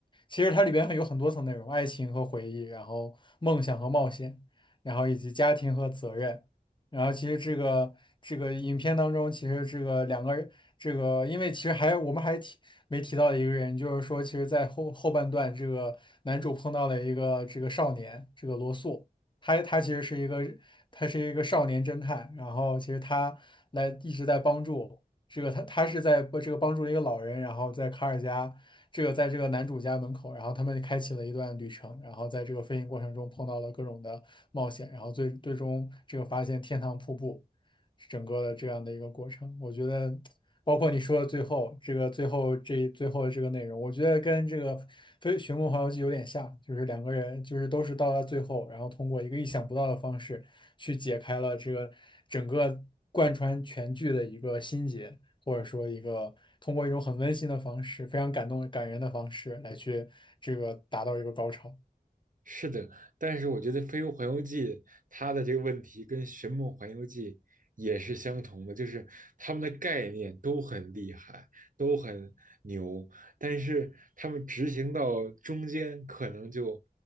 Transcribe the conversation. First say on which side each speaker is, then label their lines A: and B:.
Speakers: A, on the left; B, on the right.
A: 其实它里边有很多层内容，爱情和回忆，然后梦想和冒险，然后以及家庭和责任，然后其实这个这个影片当中，其实这个两个人，这个因为其实还我们还提没提到一个人，就是说其实在后后半段，这个男主碰到了一个这个少年，这个罗素。他他其实是一个他是一个少年侦探，然后其实他来一直在帮助这个他他是在不这个帮助一个老人，然后在卡尔加这个在这个男主家门口，然后他们开启了一段旅程，然后在这个飞行过程中碰到了各种的冒险，然后最最终这个发现天堂瀑布整个的这样的一个过程，我觉得包括你说的最后这个最后这最后的这个内容，我觉得跟这个《非寻梦环游记》有点像，就是两个人就是都是到了最后，然后通过一个意想不到的方式去解开了这个整个贯穿全剧的一个心结，或者说一个通过一种很温馨的方式，非常感动感人的方式来去这个达到一个高潮。
B: 是的，但是我觉得《飞屋环游记》它的这个问题跟《寻梦环游记》也是相同的，就是他们的概念都很厉害，都很牛，但是他们执行到中间可能就，